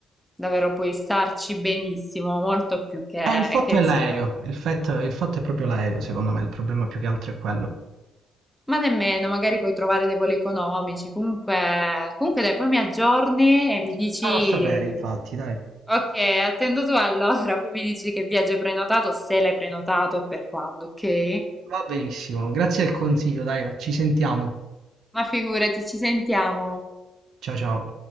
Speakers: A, in the centre; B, on the right.
A: davvero puoi starci benissimo, molto più che,
B: Eh, il fatto
A: che rispetto
B: è l'aereo,
A: a...
B: il fatto, il fatto è proprio l'aereo, secondo me, il problema più che altro è quello.
A: Ma nemmeno, magari puoi trovare dei voli economici. Comunque, comunque dai, poi mi aggiorni e mi
B: Sì,
A: dici,
B: Ti farò sapere, infatti, dai.
A: ok, attendo tu allora, poi mi dici che viaggio hai prenotato, se l'hai prenotato e per quando, ok?
B: Va benissimo, grazie del consiglio, dai, ci sentiamo.
A: Ma figurati, ci sentiamo.
B: Ciao ciao.